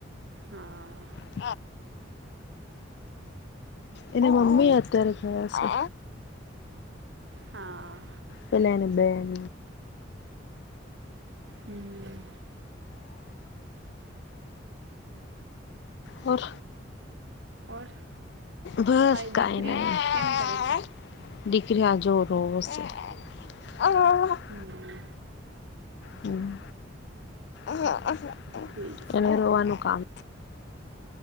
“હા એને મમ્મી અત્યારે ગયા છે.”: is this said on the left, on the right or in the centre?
Left